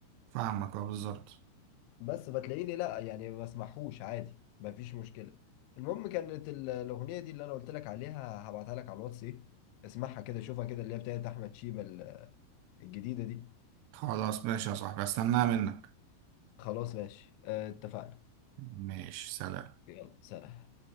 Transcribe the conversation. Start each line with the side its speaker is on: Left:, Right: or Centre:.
Right: فاهمك اه بالظبط
Left: بس فتلاقيني لا يعني ما بسمعهوش عادي ما فيش مشكله المهم كانت ال- الاغنيه دي اللي انا قلت لك عليها هبعتها لك على الواتس ايه اسمعها كده شوفها كده اللي هي بتاعت احمد شيبه ال- الجديده دي
Right: خلاص ماشي يا صاحبي استناها منك
Left: خلاص ماشي آه، اتفقنا
Right: ماشي سلام
Left: يلا سلام